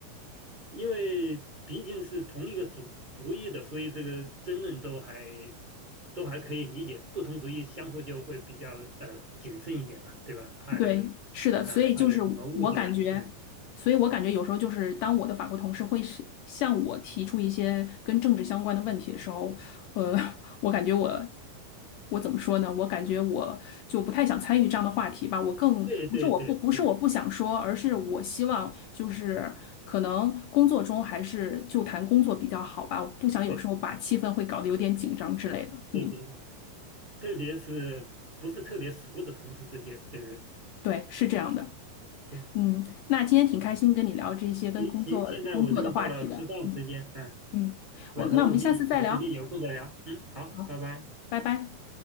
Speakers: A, on the right; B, on the left.
A: 因为毕竟是同一个族族裔的，所以这个争论都还都还可以理解。不同族裔相互就会比较呃谨慎一点了，对吧？怕
B: 对，是的，所以就是我感觉，
A: 呃怕有什么误解啊，对吧
B: 所以我感觉有时候就是当我的法国同事会是向我提出一些跟政治相关的问题的时候，呃，<laughs> 我感觉我我怎么说呢？我感觉我就不太想参与这样的话题吧。我更不是我不不是我不想说，
A: 对对对对
B: 而是我希望就是可能工作中还是就谈工作比较好吧。我不想有时候把气氛会搞得有点紧张之类的。
A: 对对对对，
B: 嗯，
A: 特别是不是特别熟的同事之间，对对
B: 对，是这样的。
A: 对。
B: 嗯，那今天挺开心跟你聊这些跟工作工作的话题的。
A: 行行，现在我这边到了吃饭时间，
B: 嗯
A: 嗯，
B: 嗯，
A: 回头我们有时间有空再聊。
B: 我那我们下次再聊。
A: 嗯，好，
B: 好，
A: 拜拜。
B: 拜拜。